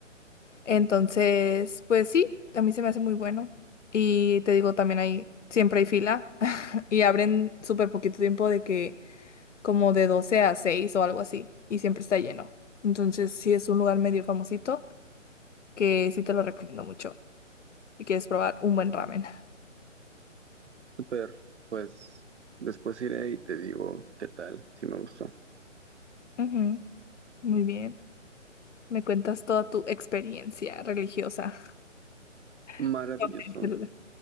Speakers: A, on the left (about 65°); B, on the right (about 60°).
A: Entonces, pues sí, a mí se me hace muy bueno. Y te digo, también hay, siempre hay fila <laughs> y abren súper poquito tiempo de que como de 12 a 6 o algo así y siempre está lleno. Entonces, sí es un lugar medio famosito que sí te lo recomiendo mucho si quieres probar un buen ramen.
B: Super, pues después iré y te digo qué tal, si me gustó.
A: <laughs> Ujú, Muy bien. Me cuentas toda tu experiencia religiosa.
B: Maravilloso,
A: <laughs> sobre este lugar.